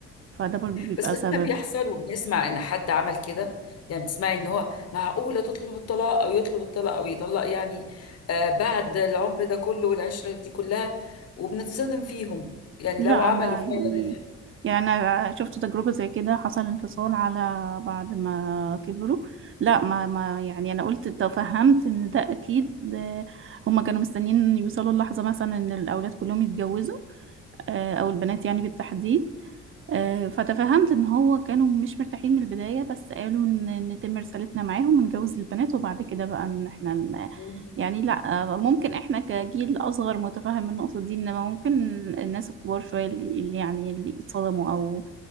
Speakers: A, on the right (about 45°); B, on the left (about 55°).
A: فده برضو بيبقى
B: بس لما
A: سبب
B: بيحصل وبنسمع ان حد عمل كده يعني بتسمعي ان هو معقولة تطلب الطلاق او يطلب الطلاق او يطلق يعني آه بعد العمر ده كله والعشرة دي كلها وبنتصدم فيهم يعني
A: لا
B: لو عملوا
A: انا
B: فعلا
A: يعني
B: ال-
A: يعني انا شفت تجربه زي كده حصل انفصال على بعد ما كبروا لا ما ما يعني انا قلت تفهمت ان ده اكيد آه، هما كانوا مستنيين يوصلوا اللحظه مثلا ان الاولاد كلهم يتجوزوا آه، او البنات يعني بالتحديد آه، فتفهمت ان هو كانوا مش مرتاحين من البداية بس قالوا ان نتم رسالتنا معاهم ونجوز البنات وبعد كده بقى ان احنا ن-
B: مم.
A: يعني لا آه، ممكن احنا كجيل اصغر متفهم النقطة دي انما ممكن الناس الكبار شوية اللي اللي يعني اللي يتصدموا او